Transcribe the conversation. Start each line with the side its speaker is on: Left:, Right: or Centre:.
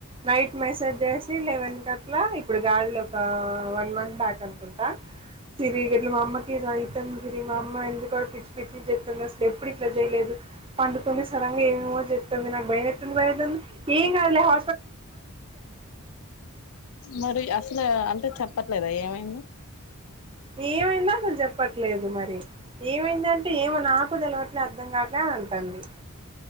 Right: నైట్ మెసేజ్ చేసి లెవెన్ కట్లా ఇప్పుడు కాదులెబ్బా వన్ మంత్ బ్యాక్ అనుకుంటా సిరిగిట్లా మా అమ్మకి ఇలా సిరి మా అమ్మ ఎందుకు పిచ్చి పిచ్చచి చేస్తుంది అసలు ఎప్పుడు ఇట్లా చేయలేదు పండుకుంది సడంగా ఏమేమో చేతంది నా బయమేతుంది బయమేతుంది ఎమ్ కాదులే హ
Left: మరి అసలు అంటే చెప్ప చెప్పట్లేదా ఏమైందో
Right: ఏ మైయిందో అసలు చే చెప్పట్లేదు మరి ఏమైందంటే ఏమో నాకు తెలవట్లే అర్థం కావట్లే అని అంటంది